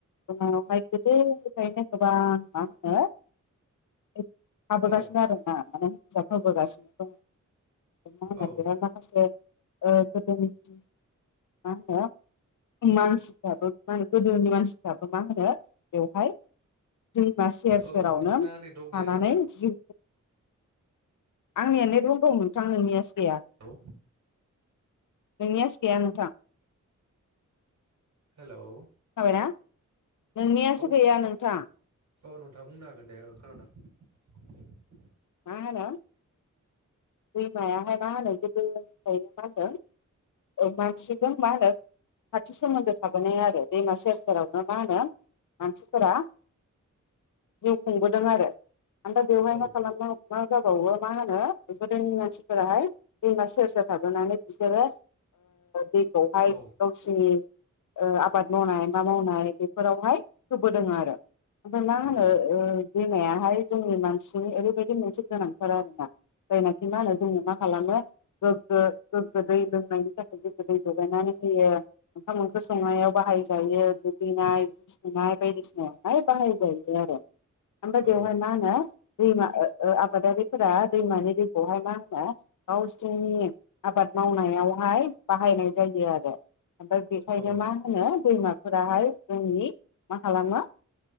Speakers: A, on the left; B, on the right.
A: <unintelligible> गोदोनिफ्रायनो गोबां मा होनो थाबोगासिनो
B: औ
A: आरो ना माने हेफासाब होबोगासिनो दङ। मा होनो
B: औ
A: बेयो माखासे ओ गोदोनि बिथिं मा होनो मानसिफ्राबो मानो गोदोनि मानसिफ्राबो मा होनो बेवहाय दैमा सेर
B: औ
A: सेरावनो
B: नोंथांना
A: थानानै
B: नेटवर्क गैया नामा
A: जिउ आंनिया नेट <unintelligible> नोंथां नोंनियासो गैया
B: हेलौ
A: नोंनियासो गैया नोंथां।
B: हेलौ
A: खोनाबायना नोंनियासो
B: औ
A: गैया नोंथां।
B: औ नोंथाङा बुंनो हागोन दे खोनादों।
A: मा होनो दैमायाहायाहाय मा होनो गोदोनिफ्रायायनो मा होनदों ओ मानसिजों मा होनो खाथि सोमोन्दो थाबोनाय आरो दैमा सेर सेरावनो मा होनो मानसिफोरा जिउ खुंबोदों आरो ओमफाय बेवहायनो
B: औ
A: खालामना मा जाबावो मा होनो गोदोनि मानसिफोराहाय दैमा सेर सेर थाबोनानै बिसोरो दैखौहाय
B: औ
A: गावसिनि आबाद मावनाय मा मावनाय बेफोरावहाय होबोदों आरो ओमफ्राय मा होनो
B: औ
A: दैमायाहाय जोंनि मानसिनि ओरैबायदि मोनसे गोनांथार आरोना जायनाखि मा होनो जोङो मा खालामो गोगो गोगो दै लोंनायनि थाखाय गोगो दै जगायनानै होयो ओंखाम ओंख्रि संनायाव बाहाय जायो दुगैनाय जि सुनाय बायदिसिनायावहाय बाहायजायो आरो ओमफ्राय
B: औ
A: बेवहाय मा होनो दैमा ओ आबादारिफोरा दैमानि दैखौहाय मा होनो गावसनि आबाद मावनायावहाय बाहायनाय जायो आरो ओमफ्राय बेखायनो
B: औ
A: मा होनो दैमाफोराहाय जोंनि मा खालामो